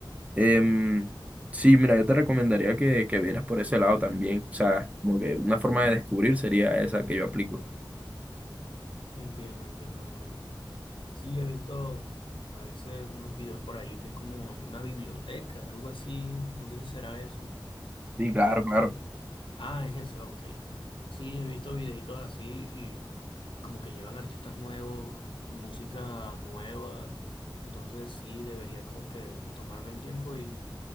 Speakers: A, on the right; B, on the left.
A: Em, sí, mira, yo te recomendaría que, que vieras por ese lado también. O sea, como que una forma de descubrir sería esa que yo aplico.
B: Entiendo, entiendo, hermano. Sí, he visto a veces unos videos por ahí que es como en una biblioteca, algo así. No sé si será eso.
A: Sí, claro,
B: Este...
A: claro.
B: Ah, es ese, ok. Sí, he visto videitos así y como que llevan artistas nuevos, música nueva. Entonces sí, debería como que tomarme el tiempo y